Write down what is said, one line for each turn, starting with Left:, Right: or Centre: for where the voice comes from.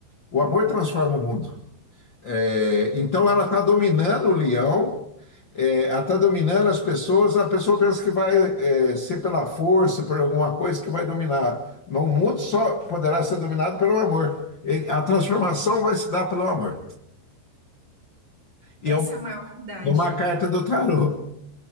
Left: O amor transforma o mundo. É, então ela está dominando o Leão é, ela está dominando as pessoas, a pessoa pensa que vai é, ser pela força, por alguma coisa que vai dominar. No mundo só poderá ser dominado pelo amor. Ele- a transformação vai se dar pelo amor. E
Right: essa
Left: é uma,
Right: é a maior verdade.
Left: uma carta do tarô.